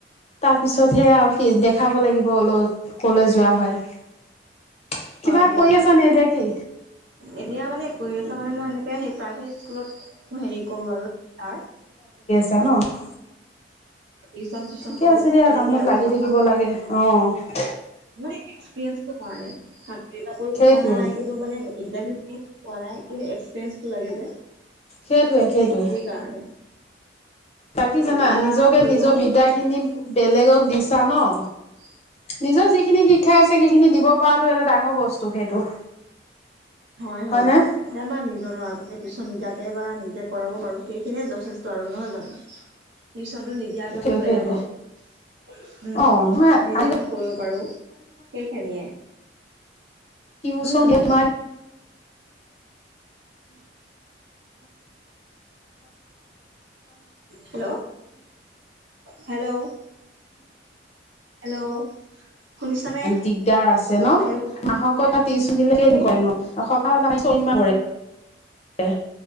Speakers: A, on the left; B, on the right.
A: তাৰ পিছত সে আৰু কি দেখাব লাগিব অল কলৈ যোৱা হয়।
B: হয়
A: কিবা
B: দিয়
A: কৰি আছা নে এতিয়া কি
B: এতিয়া মানে কৰি আছ মানে মই এনেকে সেই প্ৰায় স্কুলত হেৰি কৰোঁ আৰু টিচাৰ।
A: জ ন <unintelligible>
B: ৰিচন চিচন
A: ঠিকে
B: কৰো
A: আছে দিয়া
B: তেনেকে
A: কামত
B: আৰু
A: লাগি
B: স <unintelligible>
A: থাকিব লাগে অ অ
B: মানে এক্সপ্ৰিইঞ্চটো হোৱা নাই, চাকৰি বাকৰি
A: সেইটোৱে
B: ভবা নাই কিন্তু মানে ইণ্টাৰভিউ ৱা নাই কিন্তু এক্সপিৰিয়েঞ্চটো লাগে যে।
A: সেইটোৱে সেইটোৱে।
B: সেইকাৰণে
A: তাকি জানা
B: এতিয়া
A: নিজকে
B: ফুৰিব
A: নিজৰ
B: সেই
A: বিদ্যা খিনি বেলেগক দিছা ন।
B: <inaudible>
A: নিজৰ যিখিনি শিক্ষাই আছে সেইখিনি দিব পৰাটো এটা ডাঙৰ বস্তু সেইটো।
B: হয়
A: হয়নে
B: হয় এতিয়া আমাৰ নিজৰ ল'ৰাটোকে টিউচন নিদিয়া। এবা নিজে কৰাব পাৰো সেইখিনিয়ে যথেষ্ট আৰু নহয় জানো। নটো নিদিয়াকে
A: সেইটোৱে
B: বোলো
A: সেইটোৱে
B: বেলেগক। উম
A: অ
B: উ
A: নহয়
B: নিজেটোন
A: আজিকালি
B: কৰিব পাৰো সেইখিনিয়ে।
A: তিওচন
B: উম
A: এ তোমাক
B: <inaudible> হেল্ল'। Hello hello. শুনিছানে
A: দিগদাৰ আছে ন
B: হেল্ল'
A: মাহকত তিছ দিলে
B: তুমি
A: কেনেকুৱ
B: হেৰি
A: নো এসপাহত চল। কিমান পৰে।